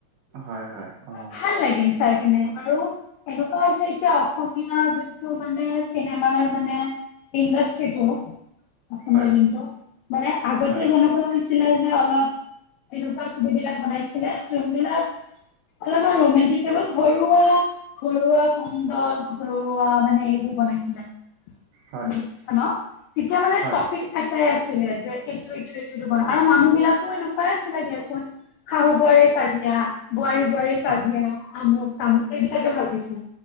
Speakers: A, on the right (about 75°); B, on the left (about 80°).
A: হয় হয়। অ
B: মোৰ ভাল লাগিল চাই আৰু এনেকুৱা হৈছে, এতিয়া অসমীয়া যোনটো মানে চিনেমাৰ মানে ইণ্ডাষ্ট্ৰিটো, অসমৰ
A: হয়
B: যোনটো মানে, আগতে
A: হয়
B: যেনেকুৱা হৈছিলে যে অলপ এনেকুৱা ছবিবিলাক বনাইছিলে, যোনবিলাক অলপমান ৰোমাণ্টিক টাইপত ঘৰুৱা ঘৰুৱা কমডল, ঘৰুৱা মানে এইবোৰ বনাইছিলে বুজিছা
A: হয়
B: নহ, তেতিয়া মানে
A: হয়
B: এটাই আছিলে, যে এইটো এইটো এইটো এইটো বন আৰু মানুহ বিলাকো এনেকুৱাই আছিলে দিয়াচোন। শাহু বোৱাৰীৰ কাজিয়া, বোৱাৰীৰ বোৱাৰীৰ কাজিয়া,
A: হয়
B: আমুক তামুক এইবিলাকে ভাল পাইছিল।